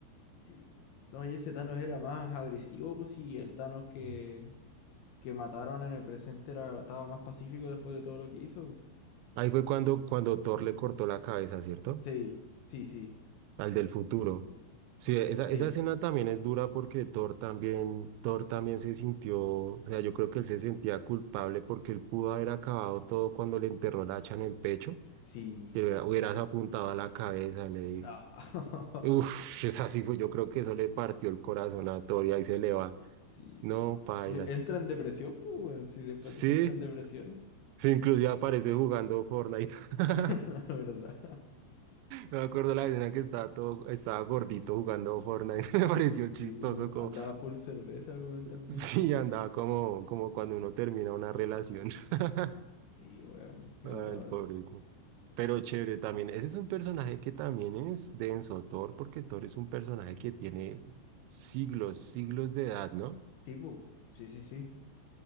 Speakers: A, on the left (about 75°); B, on the right (about 85°).
A: sí. No, y ese Thanos era más agresivo, pues, y el Thanos que,
B: Sí.
A: que mataron en el presente era, estaba más pacífico después de todo lo que hizo.
B: Ahí fue cuando, cuando Thor le cortó la cabeza, ¿cierto?
A: Sí, sí, sí,
B: Al del futuro. Sí, esa,
A: sí,
B: esa escena también es dura porque Thor también, Thor también se sintió, o sea, yo creo que él se sentía culpable porque él pudo haber acabado todo cuando le enterró la hacha en el pecho,
A: sí.
B: que le hubiera- hubieras apuntado a la cabeza, le dijo.
A: Ah,
B: Uf, <laughs> es así fue, yo creo que eso le partió el corazón a Thor y ahí se le va.
A: <laughs> sí.
B: No, pailas.
A: Sí, Entra en depresión, pues, weón, si después
B: Sí,
A: de eso entra en depresión.
B: sí, inclusive aparece jugando Fortnite. <laughs>
A: <laughs> La verdad.
B: Me acuerdo la escena que estaba todo, estaba gordito jugando Fortnite, <laughs> me pareció
A: Sí,
B: chistoso
A: po,
B: como
A: andaba full cerveza el weón
B: <laughs>
A: también.
B: Sí, andaba como, como cuando uno termina una relación. <laughs>
A: Sí, weón, qué
B: Ay,
A: horror.
B: el pobre. cu- Pero chévere también. Ese es un personaje que también es denso, Thor, porque Thor es un personaje que tiene siglos, siglos de edad, ¿no?
A: Sí, po, sí, sí, sí.